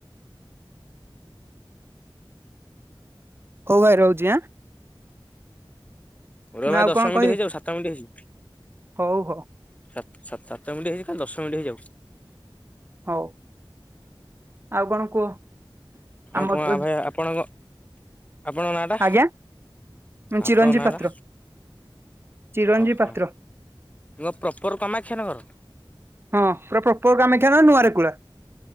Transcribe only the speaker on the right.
କୋଉ ଭାଇ ରହୁଛି ଆଁ
ନା
ଆଉ
କଣ
କହିବେ
ହଉ ହଉ
ହଉ ଆଉ କଣ କୁହ
ଆମର
ତ
ଆଜ୍ଞା
ଚିରଞ୍ଜୀବ
ପାତ୍ର।
ଚିରଞ୍ଜୀବ
ପାତ୍ର।
ହଁ ପୁରା ପ୍ରପର କାମାକ୍ଷା ନା ନୂଆରେ ରେକୂଳା